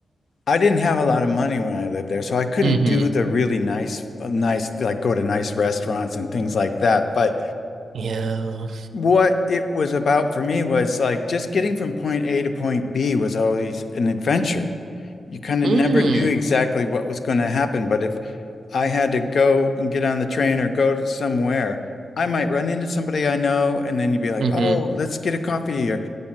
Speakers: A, on the left; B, on the right.
A: I didn't have a lot of money when I lived there, so I couldn't
B: hmm
A: do the really nice, uh, nice, like go to nice restaurants and things like that. But
B: Yeah.
A: what it was about for me was like just getting from point A to point B was always an adventure. You kind
B: Mm.
A: of never knew exactly what was going to happen, but if I had to go and get on the train or go to somewhere, I might run into somebody I know, and then you'd be like,
B: Mm-hmm.
A: "Oh, let's get a coffee," or